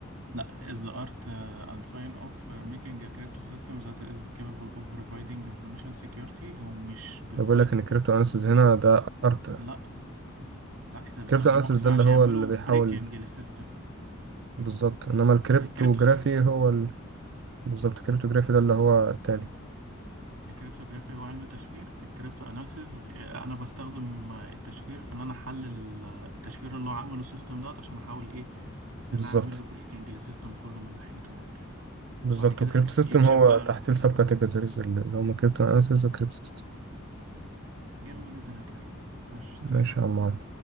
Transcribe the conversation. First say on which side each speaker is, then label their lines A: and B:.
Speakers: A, on the right; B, on the right.
A: no, is the art uh, and sign of uh, making a crypto system that is capable of providing information security هو مش بيروفايد
B: بقول لك ان الكريبتو اناليسيس هنا ده ارت
A: لا بالعكس ده بيستخدموه
B: الكريبتو اناليسيس
A: اصلا
B: ده اللي
A: عشان
B: هو
A: يعملوا
B: اللي بيحاول
A: بريكنج للسيستم
B: بالظبط انما الكريبتو
A: ده الكريبتو
B: جرافي
A: سيستم
B: هو ال... بالظبط الكريبتو جرافي ده اللي هو التاني
A: الكريبتوغرافي هو علم التشفير الكريبتو اناليسيز انا بستخدم آه، التشفير في ان انا احلل ال- التشفير اللي هو عامله السيستم دوت عشان احاول ايه ان
B: بالظبط
A: انا اعمل له بريكنج للسيستم كله من ناحيته يعني
B: بالظبط
A: وبعد كده
B: والكريبتو
A: يكت-
B: سيستم
A: يكشف
B: هو
A: بقى
B: تحت السب كاتيجوريز اللي هم كريبتو اناليسيز وكريبتو سيستم
A: جميل جدا يا كريم ماشي
B: ماشي
A: تسلم
B: يا عم